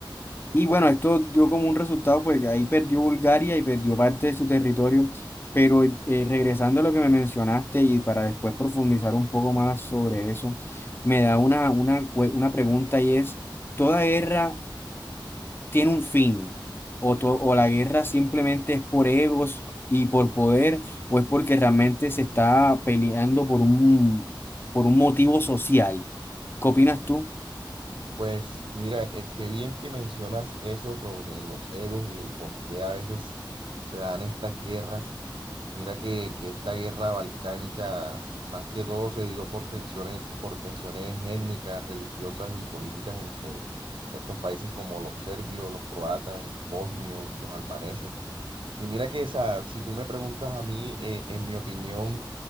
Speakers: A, on the left; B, on the right.
A: Y bueno, esto dio como un resultado, pues que ahí perdió Bulgaria y perdió parte de su territorio, pero eh, regresando a lo que me mencionaste y para después profundizar un poco más sobre eso, me da una, una, cue- una pregunta y es, ¿toda guerra tiene un fin? ¿O, to- o la guerra simplemente es por egos y por poder, o es porque realmente se está peleando por un, por un motivo social? ¿Qué opinas tú?
B: Pues mira, es que bien que mencionas eso sobre los egos y el por qué a veces se dan estas guerras. Mira que, que esta guerra balcánica más que todo se dio por tensiones, por tensiones étnicas, religiosas y políticas entre estos países como los serbios, los croatas, los bosnios, los albaneses. Y mira que esa, si tú me preguntas a mí, eh, en mi opinión,